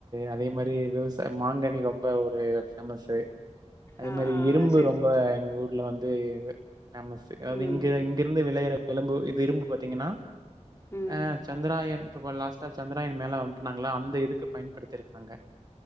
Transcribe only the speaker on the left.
ஆ,
ஆ,
ஆ. சரி.
ம்
ம்